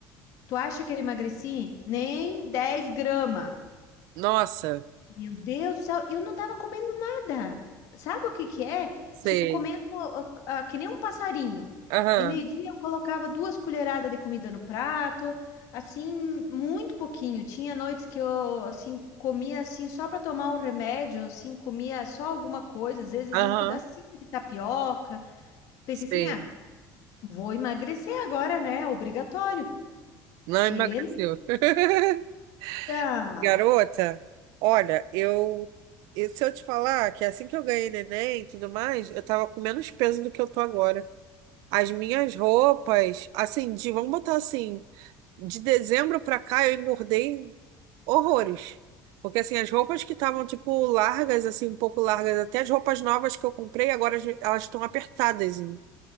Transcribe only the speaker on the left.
Tu acha que eu emagreci? Nem 10 gramas.
Meu Deus do céu, eu não tava comendo nada. Sabe o que que é?
Tipo, comendo ah, ah, que nem um passarinho.
De meio-dia eu colocava duas colheradas de comida no prato, assim, muito pouquinho. Tinha noites que eu, assim, comia, assim, só para tomar um remédio, assim, comia só alguma coisa, às vezes
um pedacinho de tapioca. Pensei
assim, ah, vou emagrecer agora, né? Obrigatório.
Que
nada!